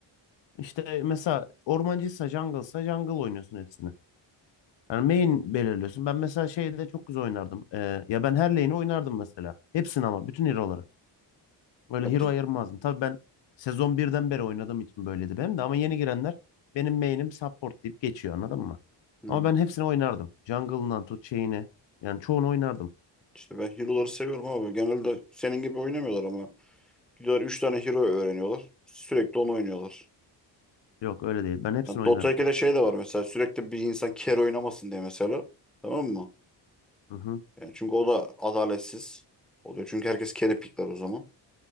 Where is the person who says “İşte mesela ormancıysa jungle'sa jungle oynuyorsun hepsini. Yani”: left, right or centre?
Left